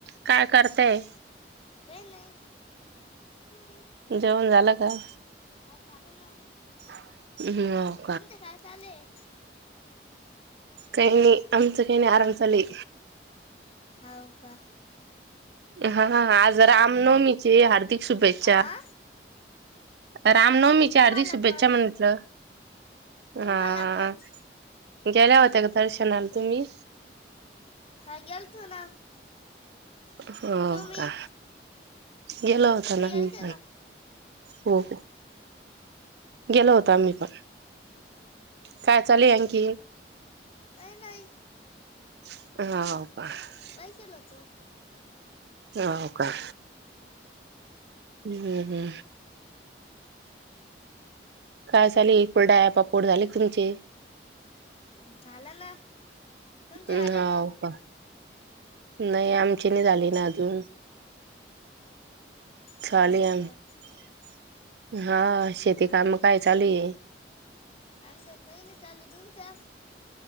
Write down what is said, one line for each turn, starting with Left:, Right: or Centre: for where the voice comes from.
Right: काय करतेय?
Left: काय नाही तुम्ही
Right: जेवण झालं का?
Left: हा, झालं ना.
Right: अहम्.
Left: तुमचं काय चालुय?
Right: काही नी, आमचं काही नाही. आराम चालूय.
Left: हाव का?
Right: ह, हा. आज रामनवमीचे, हार्दिक शुभेच्छा.
Left: आ
Right: रामनवमीच्या,
Left: तुम्हाला
Right: हार्दिक शुभेच्छा
Left: पण
Right: म्हंटलं. हा.
Left: तुम्हाला पण
Right: गेल्या होत्या का? तुम्ही दर्शनाला तुम्ही.
Left: हा, गेलतो ना.
Right: हो,
Left: तुम्ही
Right: का? गेलो होता
Left: तुम्ही
Right: ना,
Left: गेलते
Right: मी पण.
Left: का
Right: हो, हो. गेलो होतो आम्ही पण. काय चाली, आणखी?
Left: काय नाही.
Right: <inaudible>
Left: बैसलों तो.
Right: होय का. हम्म हम्म काय चालूये, कुलडाया पापुड झाले का तुमचे?
Left: उम झाल ना तुमचे
Right: उम,
Left: आले
Right: हाव का नायी आमची नायी झाली ना अजून चालूया,
Left: हाव का
Right: आ हा शेती काम काय चालू ये
Left: आता कायी नायी चालू, तुमच?